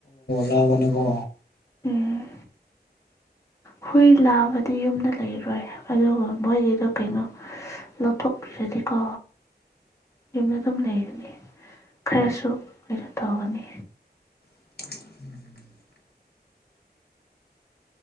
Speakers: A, on the left (about 65°); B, on the left (about 15°).
A: ꯌꯥ ꯃꯅꯤꯀꯣ
B: ꯎꯝ ꯍꯨꯏ ꯂꯥꯕꯗꯤ ꯌꯨꯝꯗ ꯂꯩꯔꯣꯏ ꯑꯗꯨꯒ ꯃꯣꯏꯒꯤꯗꯣ ꯀꯩꯅꯣ ꯂꯧꯊꯣꯛꯄꯤꯔꯗꯤꯀꯣ ꯀꯃ ꯑꯗꯨꯝ ꯂꯩꯒꯅꯤ ꯈꯔꯁꯨꯩꯅ ꯇꯧꯒꯅꯤ
A: ꯎꯝ